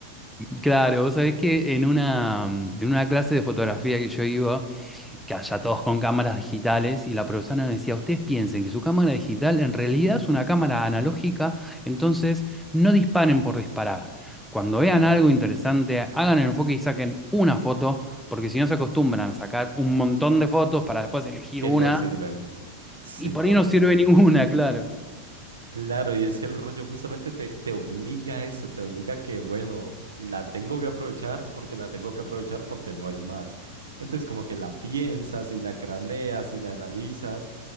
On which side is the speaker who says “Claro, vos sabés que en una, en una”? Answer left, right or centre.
Centre